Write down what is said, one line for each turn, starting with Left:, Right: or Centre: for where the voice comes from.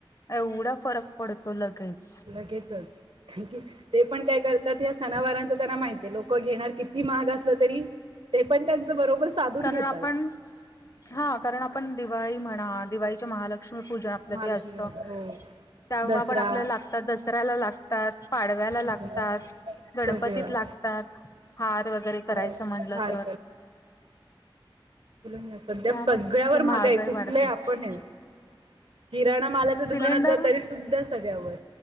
Left: एवढा फरक पडतो लगेच.
Right: लगेचच ठीक हे ते पण काय करतात या सनावारांच त्यांना माहित आहे लोक घेणार कितीही महाग असलं तरी ते पण त्यांच बरोबर साधून
Left: कारण
Right: घेतात.
Left: आपण हा कारण आपण दिवाळी म्हणा दिवाळीच्या महालक्ष्मी पूजन जे
Right: महालक्ष्मी
Left: काही असतं
Right: गणपती हो
Left: तेव्हा
Right: दसरा
Left: पण आपल्याला लागतात, दसऱ्याला लागतात, पाडव्याला
Right: हम्म
Left: लागतात. गणपतीत
Right: सगळे वार
Left: लागतात हार वगैरे करायचं
Right: होय
Left: म्हणलं
Right: भार
Left: तर
Right: फुलं नाहीए सध्या
Left: त्यामुळे
Right: सगळ्यावर महागाई आहे कुठलं
Left: वाढतेच.
Right: हे आपण आहे किराणा मालाच्या दुकानात
Left: सिलेंडर
Right: जा तरी सुद्धा सगळ्यावर